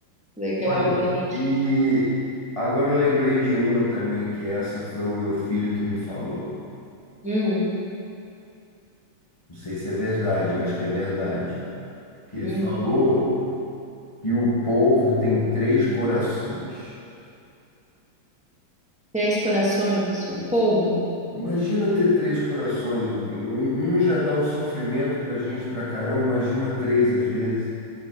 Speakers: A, in the centre; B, on the left.
A: legal
B: Olha,
A: pra gente.
B: e agora eu lembrei de uma também, que essa foi o meu filho que me falou.
A: Hum,
B: Não sei se é verdade, eu acho que é verdade. Que ele
A: hum.
B: falou que o povo tem três corações.
A: Três corações, o polvo.
B: Imagina ter três corações. Um, um já dá um sofrimento pra gente pra caramba, imagina três às vezes.